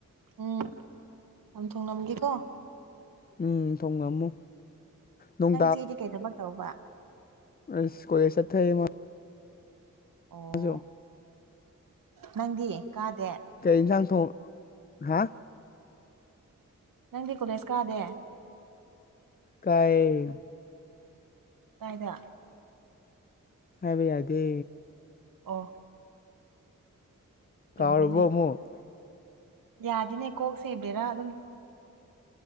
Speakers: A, on the right; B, on the left.
A: ꯎꯝ ꯌꯥꯝ ꯊꯨꯡꯅꯝꯒꯦꯀꯣ
B: ꯎꯝ ꯊꯣꯡꯉꯝꯃꯨ ꯅꯣꯡ
A: ꯅꯪ ꯆꯦꯗꯤ ꯀꯩ ꯊꯕꯛ ꯇꯧꯕ
B: ꯏꯁ ꯀꯣꯏ ꯆꯊꯔꯗꯤ ꯃꯥ
A: ꯑꯣ
B: ꯍꯧꯖꯣ
A: ꯅꯪꯗꯤ ꯀꯥꯗꯦ
B: ꯀꯩꯅꯁꯪ ꯊꯣꯡ ꯍꯥ
A: ꯅꯪꯗꯤ ꯀꯣꯂꯦꯖ ꯀꯥꯗꯦ
B: ꯀꯥꯏ
A: ꯀꯥꯏꯗ
B: ꯍꯥꯏꯕ ꯌꯥꯗꯦ
A: ꯑꯣ ꯆꯨꯝꯃꯤꯅꯦ
B: ꯀꯩꯔꯕꯣ ꯑꯃꯨꯛ
A: ꯌꯥꯗꯤꯅꯦ ꯀꯣꯛꯁꯦ ꯏꯕꯗꯤꯔꯥ ꯑꯗꯨꯝ